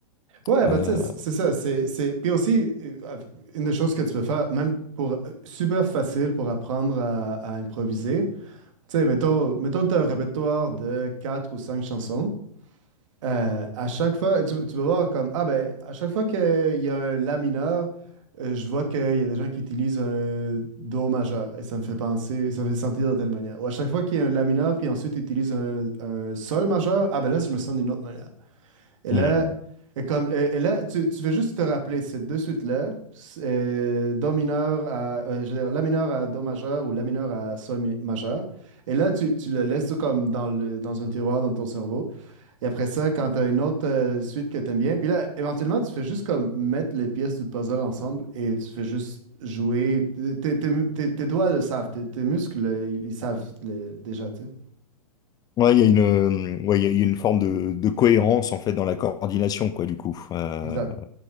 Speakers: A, on the right (about 55°); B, on the left (about 20°).
A: Ouais, bah,
B: Euh,
A: tu sais, c- c'est ça. C'est, c'est... Puis aussi, euh, une des choses que tu peux faire, même pour euh, super facile pour apprendre à, à improviser, tu sais, mettons, mettons que tu as un répertoire de quatre ou cinq chansons. euh, à chaque fois, tu, tu vas voir comme, ah ben, à chaque fois qu'il y a un la mineur, euh, je vois qu'il y a des gens qui utilisent un do majeur et ça me fait penser, ça me fait sentir de telle manière. Ou à chaque fois qu'il y a un la mineur, puis ensuite ils utilisent un, un sol majeur, ah ben là, je me sens d'une autre manière. Et
B: on-
A: là, et comme, et, et là tu, tu veux juste te rappeler ces deux suites-là, c'est, euh, Do mineur à, euh, je veux dire, La mineur à Do majeur ou La mineur à Sol mi- majeur. Et là, tu, tu le laisses comme dans, le, dans un tiroir dans ton cerveau. Et après ça, quand tu as une autre euh, suite que tu aimes bien, puis là, éventuellement, tu fais juste comme mettre les pièces du puzzle ensemble et tu fais juste jouer. Tes, tes- tes- tes doigts le savent, tes, tes muscles, euh, ils, ils savent le- déjà, tu sais.
B: Ouais, il y a une, euh, ouais, il y a il y a une forme de, de cohérence en fait dans la coordination, quoi, du coup. Euh,
A: Exact.